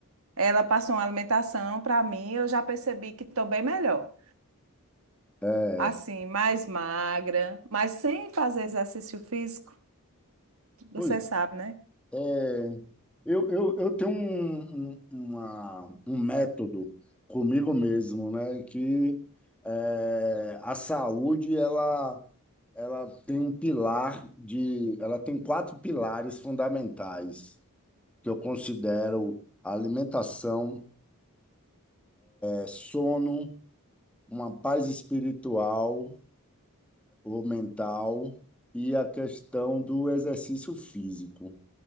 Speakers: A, on the right; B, in the centre.
A: Ela passou uma alimentação para mim, eu já percebi que tô bem melhor.
B: É,
A: Assim, mais magra, mas sem fazer exercício físico, você
B: Pois
A: sabe, né?
B: É, eu, eu, eu tenho um, um, uma- um método comigo mesmo, né? Que é, a saúde, ela, ela tem um pilar de... Ela tem quatro pilares fundamentais que eu considero alimentação, é, sono, uma paz espiritual ou mental e a questão do exercício físico.